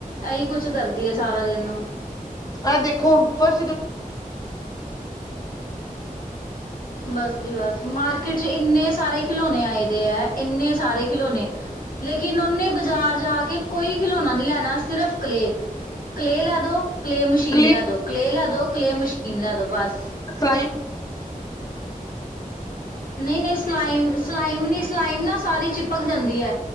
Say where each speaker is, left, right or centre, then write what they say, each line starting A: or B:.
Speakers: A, on the left (about 75°); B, on the left (about 25°).
A: ਐਈ ਕੁਛ ਕਰਦੀ ਏ ਸਾਰਾ ਦਿਨ
B: ਆਹ ਦੇਖੋ ਫਰਸੀ
A: ਬਸ ਜੀ ਬਸ ਮਾਰਕੀਟ ਚ ਇੰਨੇ ਸਾਰੇ ਖਿਲੌਣੇ ਆਏ ਦੇ ਐ ਇੰਨੇ ਸਾਰੇ ਖਿਲੌਣੇ ਲੇਕਿਨ ਉਹਨੇ ਬਾਜ਼ਾਰ ਜਾ ਕੇ ਕੋਈ ਖਿਲੌਣਾ ਨਹੀਂ ਲੈਨਾ ਸਿਰਫ ਕਲੇਅ ਕਲੇਅ ਲੈ ਦੋ ਕਲੇਅ ਮਸ਼ੀਨ
B: ਕਲੇ
A: ਲੈ ਦੋ ਕਲੇਅ ਲੈ ਦੋ ਕਲੇਅ ਮਸ਼ੀਨ ਲੈ ਦੋ ਬਸ
B: ਸਲਾਈਮ
A: ਨਹੀਂ-ਨਹੀਂ ਸਲਾਈਮ, ਸਲਾਈਮ ਸਲਾਈਮ ਨਾ ਸਾਰੀ ਚਿਪਕ ਜਾਂਦੀ ਐ